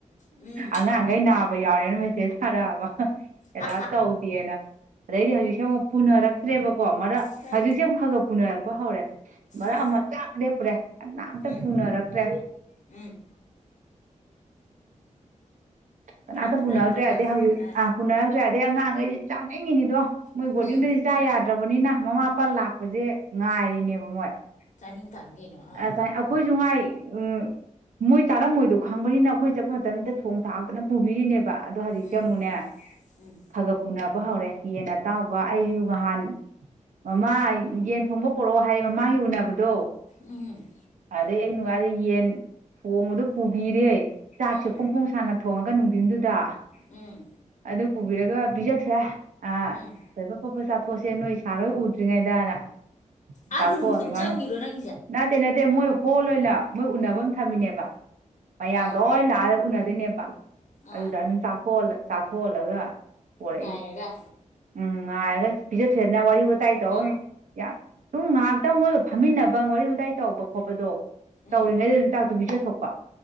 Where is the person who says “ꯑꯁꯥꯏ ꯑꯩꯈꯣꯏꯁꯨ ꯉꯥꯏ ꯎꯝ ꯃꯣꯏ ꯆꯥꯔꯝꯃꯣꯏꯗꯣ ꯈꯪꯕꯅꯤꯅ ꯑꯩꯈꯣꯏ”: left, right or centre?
Right